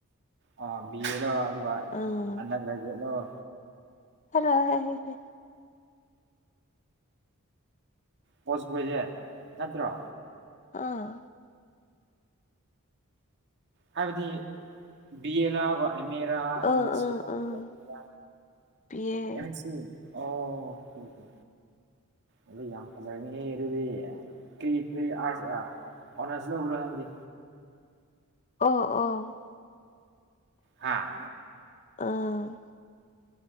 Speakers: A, on the right; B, on the left.
A: ꯑꯣ ꯕꯤ ꯑꯦꯔꫭ ꯑꯗꯨꯒ
B: ꯑꯥ
A: ꯑꯅꯥꯛꯄꯗ <unintelligible>
B: ꯍꯜꯂꫭꯍꯦ
A: ꯄꯣꯁ ꯒ꯭ꯔꯦꯖꯨꯋꯦꯠ ꯅꯠꯇ꯭ꯔꯣ
B: ꯑꯥ
A: ꯍꯥꯏꯕꯗꯤ ꯕꯤ ꯑꯦ ꯂꯥꯕ ꯑꯦꯝ ꯑꯦ ꯔꯥ
B: ꯑꯥ
A: ꯑꯦꯝ ꯑꯦꯁ ꯁꯤꯔꯥ
B: ꯑꯥ ꯑꯥ
A: ꯕꯤ ꯑꯦꯝ ꯁꯤꯔꯥ
B: ꯄꯤꯌꯦ
A: ꯑꯦꯝ ꯑꯦꯁ ꯁꯤ ꯑꯣ ꯑꯣꯀꯦ ꯑꯣꯀꯦ ꯑꯗꯨ ꯌꯥꯝ ꯐꯖꯕꯅꯤꯍꯦ ꯑꯗꯨꯗꯤ ꯀꯔꯤ ꯀꯔꯤ ꯑꯥꯔꯁ ꯑꯥ ꯑꯣꯅꯔꯁ ꯂꯧꯕ꯭ꯔꯣ ꯅꯪꯗꯤ
B: ꯑꯣ ꯑꯣ
A: ꯍꯥꯥ
B: ꯑꯥ